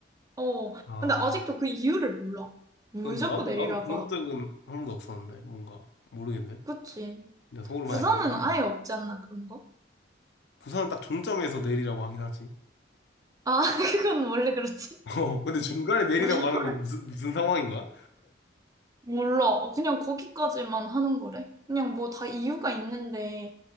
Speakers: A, on the right; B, on the left.
A: 어. 어.
B: 아,
A: 근데 아직도 그 이유를 몰라. 왜
B: 근데
A: 자꾸
B: 난,
A: 내리라고
B: 나도 그런 적은
A: 하지?
B: 한 번도 없었는데, 뭔가. 모르겠네.
A: 그치.
B: 근데 서울
A: 부산은
B: 많이 안 가는데.
A: 아예 없지 않나, 그런 거?
B: 부산은 딱 종점에서 내리라고 하긴 하지.
A: 아, <laughs> 그건 원래 그렇지.
B: <laughs> 어, 근데 중간에 내리라고
A: 음.
B: 하는 건 무슨, 무슨 상황인 거야?
A: 몰라. 그냥 거기까지만 하는 거래. 그냥 뭐 다 이유가 있는데,